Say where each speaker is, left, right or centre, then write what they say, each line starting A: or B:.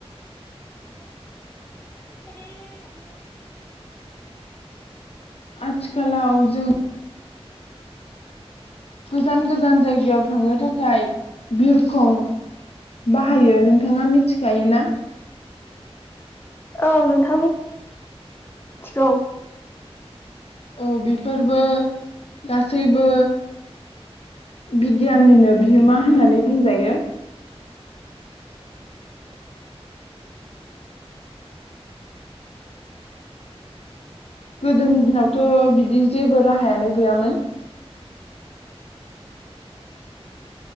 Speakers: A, on the left (about 20°); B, on the left (about 70°).
A: <unintelligible>
B: आथिखालाव जों गोजान गोजान जायगायाव थांनो थाखाय बिरखं बाहायो नोंथाङा मिथिखायो ना?
A: औ नोंथां मि थिगौ
B: औ बेफोरबो गासैबो बिगियाननिनो बिहोमा होननानै बुंजायो। गोदोनि दिनावथ' बिदि जेबो राहायानो गैयामोन।